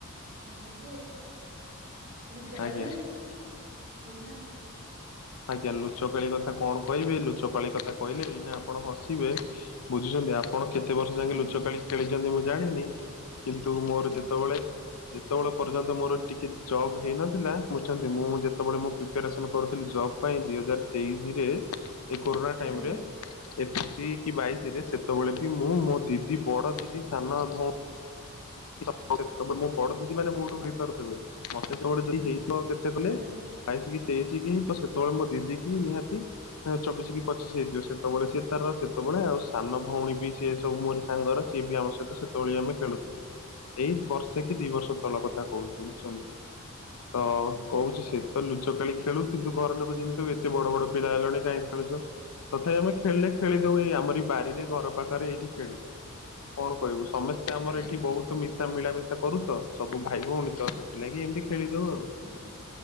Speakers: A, on the right (about 45°); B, on the left (about 75°).
A: ଆଉ ଏତିକି ଆଉ ଲୁଚକାଳି
B: ଆଜ୍ଞା
A: ଏଗୁଡା।
B: ଆଜ୍ଞା ଲୁଚକାଳି କଥା କଣ କହିବେ ଲୁଚକାଳି କଥା କହିଲେ ଏଇନା ଆପଣ ହସିବେ। ବୁଝୁଛନ୍ତି ଆ ଆପଣ କେତେ ବର୍ଷ ଯାକେ
A: ଆଜ୍ଞା
B: ଲୁଚକାଳି ଖେଳିଛନ୍ତି ମୁଁ ଜାଣିନି କିନ୍ତୁ ମୋର
A: ଆଜ୍ଞା
B: ଯେତେବେଳେ। ଯେତବେଳେ ପର୍ଯ୍ୟନ୍ତ ମୋର ଟିକେ ଜବ୍ ହେଇନଥିଲା ବୁଝୁଛନ୍ତି ମୁଁ ଯେତବେଳେ ମୁଁ ପିପାରେସନ କରୁଥିଲି ଜବ୍। ପାଇଁ ଦି ହଜାର ତେଇଶିରେ ଏ କୋରୋନା ଟାଇମରେ
A: ଆଜ୍ଞା
B: ଏକୋଇଶି କି ବାଇଶ ରେ। ସେତେବେଳେ ବି ମୁଁ, ମୋ ଦିଦି, ବଡ ଦିଦି, ସାନ ଭ <unintelligible> ମୋ ବଡ ଦିଦି ମାନେ ମୋଠୁ ହେଇପାରୁଥିବେ ମତେ <unintelligible> ଯଦି ହେଇଥିବ କେତେ କହିଲେ।
A: ଆଜ୍ଞା
B: ବାଇଶ କି ତେଇଶି ହେଇଥିବ ସେତେବେଳେ ମୋ ଦିଦି କି ନିହାତି। ଅ ଚବିଶି କି ପଚିସି ହେଇଥିବ ସେତେବେଳେ ସିଏ ତାର ସେତେବେଳେ ଆଉ ସାନ ଭଉଣୀ ବି ସିଏ ସବୁ ମୋରି ସାଙ୍ଗର। ସିଏ ବି ଆମ ସହିତ ସେତେବେଳେ ହିଁ ଆମେ ଖେଳୁଥିଲୁ। ଏଇ ବର୍ଷେ କି ଦି ବର୍ଷ ତଳ
A: ଆଚ୍ଛା
B: କଥା କହୁଛି ବୁଝିଛନ୍ତି ତ
A: ଆଜ୍ଞା
B: କହୁଛି ସେ ତ ଲୁଚକାଳି ଖେଳୁ କିନ୍ତୁ ଘର ଲୋକ ଯେମିତି କହିବେ ଏତେ ବଡ ବଡ ପିଲା ହେଲଣି କାହିଁ ଖେଳୁଛ ତଥାପି ଆମେ ଖେଳିଲେ ଖେଳି ଦଉ ଏଇ ଆମରି ବାରିରେ ଘର ପାଖରେ ଏଇଠି ଖେଳିଦଉ। କଣ କହିବୁ ସମସ୍ତେ ଆମର
A: ଆଜ୍ଞା
B: ଏଠି ବହୁ ତ ମିଶା ମିଳାମିଶା କରୁ ତ ସବୁ ଭାଇ, ଭଉଣୀ ତ ସେଥିଲାଗି ଏମିତି ଖେଳିଦଉ ଆଉ।
A: ଆଚ୍ଛା